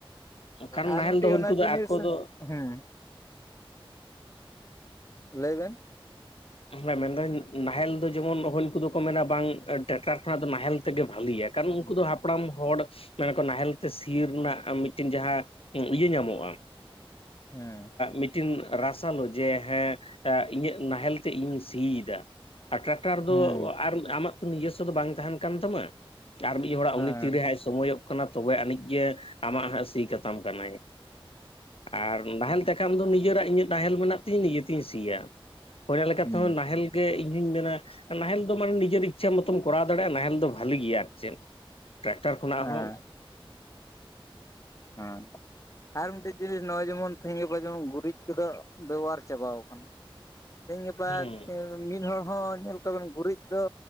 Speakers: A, on the left; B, on the left.
A: ᱠᱟᱨᱚᱱ
B: ᱟᱨ
A: ᱱᱟᱦᱮᱞ
B: ᱢᱤᱫᱴᱤᱡ
A: ᱫᱚ
B: ᱚᱱᱟ
A: ᱩᱱᱠᱩ ᱫᱚ
B: ᱡᱤᱱᱤᱥ
A: ᱟᱠᱚ ᱫᱚ
B: ᱦᱩᱸ ᱞᱟᱹᱭ ᱵᱮᱱ,
A: ᱦᱮᱸ ᱢᱮᱱᱫᱟᱹᱧ ᱱᱟᱦᱮᱞ ᱫᱚ ᱡᱮᱢᱚᱱ ᱦᱳᱡ ᱩᱱᱠᱩ ᱫᱚᱠᱚ ᱢᱮᱱᱟ ᱵᱟᱝ ᱴᱨᱟᱠᱴᱟᱨ ᱠᱷᱚᱱᱟᱜ ᱫᱚ ᱱᱟᱦᱮᱞ ᱛᱮᱜᱮ ᱵᱷᱟᱞᱤᱭᱟ ᱾ ᱠᱟᱨᱚᱱ
B: ᱦᱮᱸ
A: ᱩᱱᱠᱩ ᱫᱚ ᱦᱟᱯᱲᱟᱢ ᱦᱚᱲ᱾ ᱢᱮᱱᱟ ᱠᱚ ᱱᱟᱦᱮᱞ ᱛᱮ ᱥᱤ ᱨᱮᱱᱟᱜ ᱢᱤᱫᱴᱮᱱ ᱡᱟᱦᱟᱸ ᱤᱭᱟᱹ ᱧᱟᱢᱚᱜᱼᱟ,
B: ᱦᱮᱸ
A: ᱢᱤᱫᱴᱤᱱ ᱨᱟᱥᱟᱞᱳ ᱡᱮ ᱦᱮᱸ ᱤᱧᱟᱹᱜ ᱱᱟᱦᱮᱞ ᱤᱧ ᱥᱤᱭᱫᱟ ᱟᱨ ᱴᱨᱟᱠᱴᱟᱨ ᱫᱚ
B: ᱦᱮᱸ
A: ᱟᱨ ᱟᱢᱟᱜ ᱛᱚ ᱱᱤᱡᱚᱥᱥᱚ ᱫᱚ ᱵᱟᱝ ᱛᱟᱦᱮᱱ ᱠᱟᱱ ᱛᱟᱢᱟ᱾ ᱟᱨ ᱢᱤᱫ ᱦᱚᱲᱟᱜ
B: ᱦᱮᱸ
A: ᱩᱱᱤ ᱛᱤᱨᱮ
B: ᱦᱮᱸ
A: ᱦᱟᱸᱜ ᱮ ᱥᱚᱢᱚᱭᱚᱜ ᱠᱟᱱᱟ, ᱛᱚᱵᱮ ᱟᱹᱱᱤᱡ ᱜᱮ ᱟᱢᱟᱜ ᱦᱟᱸᱜ ᱥᱤ ᱠᱟᱛᱟᱢ ᱠᱟᱱᱟᱭ, ᱟᱨ ᱱᱟᱦᱮᱞ- ᱛᱮ ᱠᱷᱟᱱ ᱫᱚ ᱱᱤᱡᱮ ᱨᱟᱜ ᱤᱧᱟᱹᱜ ᱱᱟᱦᱮᱞ ᱢᱮᱱᱟᱜ ᱛᱤᱧᱟᱹ ᱱᱤᱡᱮ ᱛᱮᱧ ᱥᱤᱭᱟ᱾ ᱚᱱᱟ ᱞᱮᱠᱟ
B: ᱦᱮᱸ
A: ᱛᱮᱦᱚᱸ
B: ᱦᱮᱸ
A: ᱱᱟᱦᱮᱞ ᱜᱮ ᱤᱧ ᱦᱚᱧ ᱢᱮᱱᱟ, ᱱᱟᱦᱮᱞ ᱫᱚ ᱢᱟᱱᱮ ᱱᱤᱡᱮᱨ ᱤᱪᱪᱷᱟᱹ ᱢᱚᱛᱚᱢ ᱠᱚᱨᱟᱣ ᱫᱟᱲᱮᱭᱟᱜᱼᱟ, ᱱᱟᱦᱮᱞ ᱫᱚ ᱵᱷᱟᱞᱮ ᱜᱮᱭᱟ ᱟᱨ ᱪᱮᱫ ᱴᱨᱟᱠᱴᱟᱨ ᱠᱷᱚᱱᱟᱜ
B: ᱦᱮᱸ
A: ᱦᱚᱸ
B: ᱦᱮᱸ, ᱟᱨ ᱢᱤᱫᱴᱮᱡ ᱡᱤᱱᱤᱥ ᱱᱚᱜᱚᱭ ᱡᱮᱢᱚᱱ ᱛᱤᱦᱤᱧ ᱜᱟᱯᱟ ᱡᱮᱢᱚᱱ ᱜᱩᱨᱤᱡᱽ ᱠᱚ ᱫᱚ ᱵᱮᱵᱚᱦᱟᱨ ᱪᱟᱵᱟᱣ ᱠᱟᱱᱟ᱾ ᱛᱮᱦᱮᱧ ᱜᱟᱯᱟ
A: ᱦᱩᱸ
B: ᱢᱤᱫ ᱦᱚᱲ ᱦᱚᱸ ᱧᱮᱞ ᱠᱚᱵᱮᱱ ᱜᱩᱨᱤᱡᱽ ᱫᱚ,